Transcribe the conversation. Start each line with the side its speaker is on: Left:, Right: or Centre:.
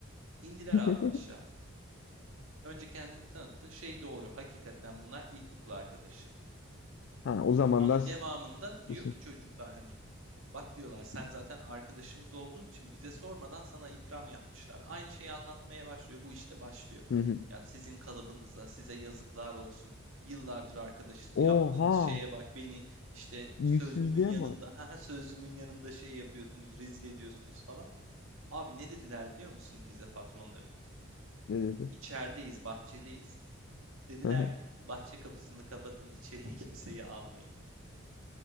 Right: İndiler
Left: <laughs>
Right: abi aşağı. Önce kendini tanıttı. Şey doğru hakikaten bunlar ilkokul arkadaşı.
Left: Ha, o zaman
Right: Ama
Left: da s-
Right: devamında diyor
Left: şey-
Right: ki çocuklar hani Bak diyorlar sen zaten arkadaşımız olduğun için bize sormadan sana ikram yapmışlar. Aynı şeyi anlatmaya başlıyor. Bu işte başlıyor.
Left: Hı hı.
Right: Ya sizin kalıbınıza, size yazıklar olsun. Yıllardır arkadaşız. Yaptığınız
Left: Oha.
Right: şeye bak beni işte
Left: Yüzsüzlüğe
Right: sözlümün yanında,
Left: bak.
Right: <laughs> ha sözlümün yanında şey yapıyorsunuz, rezil ediyorsunuz falan. Abi ne dediler biliyor musun bize patronlarım?
Left: Ne dedi?
Right: İçerideyiz, bahçedeyiz. Dediler
Left: Hı hı.
Right: ki bahçe kapısını kapatın, içeriye <laughs> kimseyi almayın.